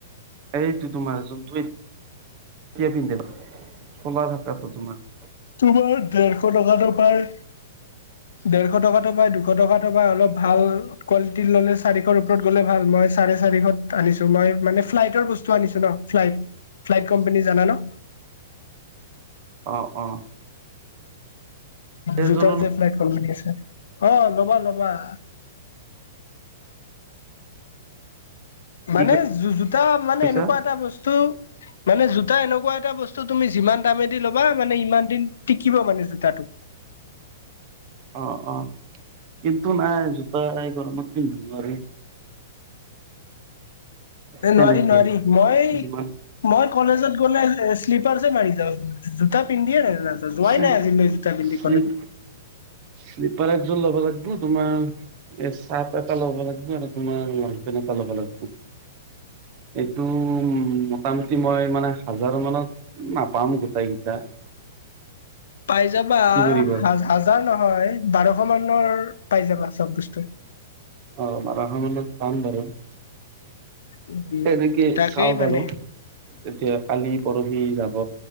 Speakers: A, on the right (about 25°); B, on the left (about 80°).
A: এইটো তোমাৰ যোনটোয়া পিন্ধ খলা থাকাতো তোমাৰ <unintelligible>
B: তোমাৰ ডেৰশ টকাটো পাই। ডেৰশ টকাটো পায়, দুশ টকাতটো পায়, অলপ ভাল কোৱালিটিৰ ল'লে চাৰিশৰ ওপৰত গ'লে ভাল, মই চাৰে চাৰিশত আনিছো, মই মানে ফ্লাইটৰ বস্তু আনিছো ন'। ফ্লাইট, ফ্লাইট কোম্পানী জানা ন'?
A: অ', অ'। সেইযোৰো
B: জোতাৰ যে ফ্লাইট কোম্পানী আছে, অ', ল'বা ল'বা। মানে
A: কি
B: জোতা মানে
A: কৈছা
B: এনেকুৱা এটা বস্তু মানে জোতা এনেকুৱা এটা বস্তু তুমি যিমান দামেদি ল'বা মানে ইমান দিন টিকিবা মানে জোতাটো।
A: অ', অ', কিন্তু নাই জোতা এই গৰমত পিন্ধিব নোৱাৰি।
B: এ
A: তেনেকে
B: নোৱাৰি, নোৱাৰি, মই
A: যিমান
B: মই কলেজত গ'লে শ্লিপাৰ্ছ এ মাৰি যাওঁ, জোটা পিন্ধিয়ে নাই যোৱাই
A: শ্লিপ
B: নাই আজিলৈ জোটা পিন্ধি
A: শ্লিপ
B: ক'লে
A: শ্লিপাৰ একযোৰ ল'ব লাগিব তোমাৰ এই চাৰ্ট এটা ল'ব লাগিব আৰু তোমাৰ লংপেণ্ট এটা ল'ব লাগিব।
B: <inaudible>
A: এইটো উ মোটামুটি মই মানে হাজাৰ মানত নাপাম গোটেইকেইটা।
B: পাই যাবা
A: পৰিব
B: হ হাজাৰ নহয়, বাৰশ মানত পাই যাবা সব বস্তু।
A: অ', বাৰশ মানত পাম বাৰু।
B: উম
A: তেনেকে
B: তাকেই
A: চাও
B: মানে
A: বাৰু, তেতিয়া কালি পৰহি যাব